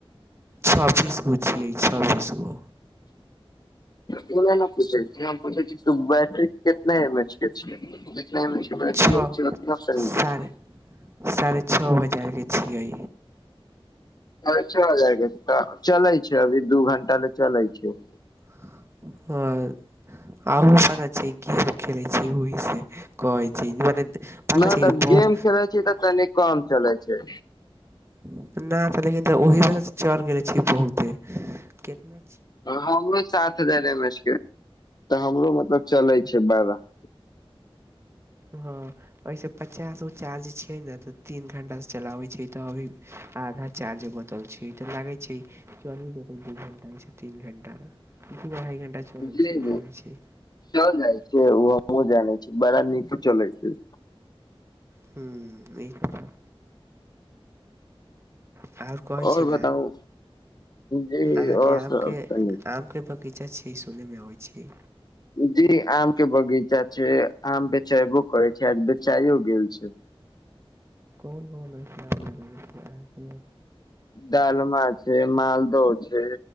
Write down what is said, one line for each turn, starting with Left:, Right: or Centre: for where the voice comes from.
Right: छबबीसगो छियै छबीसगो
Left: तने ने पूछे पूछे तू बैटरी कितना एम एच <unintelligible>
Right: छओ साढ़े साढ़े छओ हजार के छियै
Left: अ जाय चलै छै अभी दू घंटा ले चलै छै
Right: हँ आपता ख छै होइ छै कहै छै पता
Left: नहि
Right: छै
Left: तऽ
Right: बहुत
Left: गेम खेले छी तऽ तनी काम चलै छै
Right: नहि तऽ लेकिन तऽ ओहिमे चढ़ गेले छी बहुते कितना
Left: हमरो साथ <unintelligible> हजारमे के तऽ हमरो मतलब चलै छै बारह।
Right: हँ ओहिसँ पचास गो चार्ज छियै ने तऽ तीन घण्टासँ चलाबैत छियै तऽ अभी आधा चार्ज बत ल छी तऽ लागे छै ई चल जेतै दू घंटा ती घंटा अढ़ाई घंटा चलै
Left: इझल
Right: छै लागै
Left: ने <inaudible>
Right: छै
Left: चल जाइ छै ओ हमो जानै छी बड़ा नीको चलै छै
Right: ह ई त बात छ
Left: आओर
Right: कहय छी ने
Left: बताउ जी
Right: अहां
Left: आओर
Right: के आम
Left: सब
Right: के
Left: तनी
Right: आम के बग चा छै सुनेमबइ छी
Left: जी आम के बगीचा छै आम बेचेबो करै छै आज बेचाइयो गेल छै
Right: कौन कोन अ शाम लम छै आ
Left: डालमा छै मालदहो छै